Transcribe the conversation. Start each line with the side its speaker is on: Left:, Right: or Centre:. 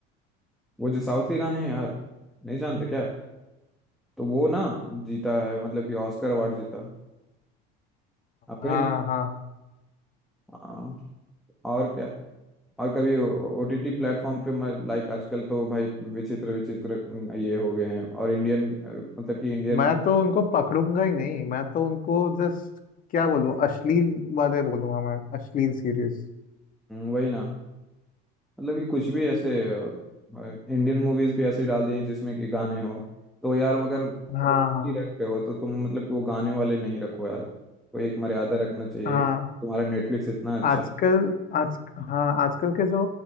Centre: वो जो साउथ के गाने हैं यार नहीं जानते क्या तो वो ना जीता है मतलब कि ऑस्कर अवार्ड जीता आपको
Left: हाँ
Centre: नहीं
Left: हाँ
Centre: हाँ, और क्या और कभी ओटीटी प्लेटफॉर्म पे लाइक आजकल तो भाई विचित्र विचित्र ये हो गए हैं और इंडियन मतलब कि इंडियन
Left: मैं तो उनको पकड़ूंगा ही नहीं मैं तो उनको जस्ट क्या बोलूं अश्लील वाले बोलूंगा मैं अश्लील सीरीज
Centre: वही ना मतलब कि कुछ भी ऐसे इंडियन मूवीज भी ऐसे ही डाल दिए जिसमें कि गाने हो तो यार अगर ओटीटी
Left: हाँ
Centre: रख रहे हो तो तुम मतलब कि वो गाने वाले नहीं रखो यार कोई एक मर्यादा रखना चाहिए
Left: हाँ
Centre: तुम्हारा नेटफ्लिक्स इतना अच्छा
Left: आजकल
Centre: है।
Left: आज हाँ आजकल के जो